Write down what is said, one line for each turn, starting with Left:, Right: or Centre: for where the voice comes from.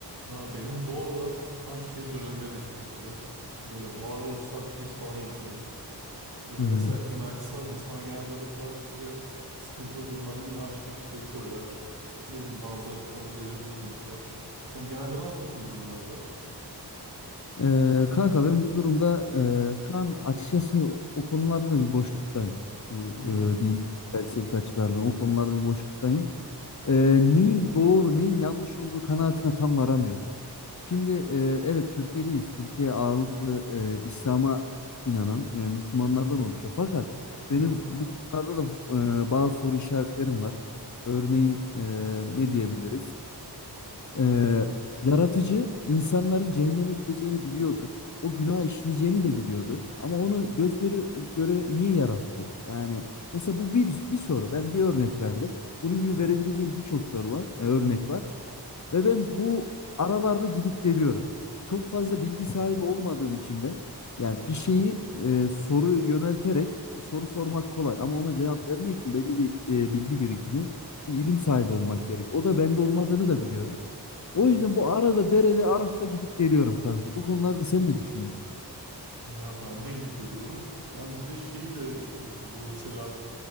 Right: Ya benim bu aralar tam şey döneme denk geldi. Böyle varoluşsal kriz falan yaşıyorum. Böyle
Left: Hmm.
Right: mesela inançsal insana genelde bu tarz işte sıkıntılı durumları inançla işte çözer. Ne bileyim bazıları kabullenir bununla yaşar. Sen genelde ne yapıyorsun bu durumlarda?
Left: Ee, kanka ben bu durumda e, şu an açıkçası o o konularda da bir boşluktayım. Bu
Right: Hmm,
Left: e, din felsefik açılardan o konularda bir boşluktayım. Ee,
Right: Hı hı.
Left: neyin doğru neyin yanlış olduğu kanaatine tam varamıyorum. Şimdi e, evet Türkiye'deyiz. Türkiye ağırlıklı e, İslam'a inanan e, Müslümanlardan oluşuyor. Fakat
Right: Hı
Left: benim
Right: hı.
Left: bu konularda da e, bazı soru işaretlerim var. Örneğin e, ne diyebiliriz? Ee, yaratıcı insanların cehenneme gideceğini biliyordu. O günah işleyeceğini de biliyordu. Ama onu göz göre, göre niye yarattı? Yani mesela bu bir, bir soru. Ben bir örnek verdim. Bunun gibi
Right: Hı
Left: verebileceğim birçok soru var, e, örnek var. Ve ben bu aralarda gidip geliyorum. Çok fazla bilgi sahibi olmadığım için de yani
Right: hı.
Left: bir şeyi e, soru yönelterek soru sormak kolay ama ona cevap vermek için belli bir e, bilgi birikimi, bir ilim sahibi olmak gerek. O da bende olmadığını da biliyorum. O
Right: Hı hı.
Left: yüzden bu arada derede Araf'ta gidip geliyorum kanka. Bu konularda sen ne düşünüyorsun?
Right: Ya ben de gidip geliyorum. Ben bir de şeyi de düşünüyorum. Bu mesela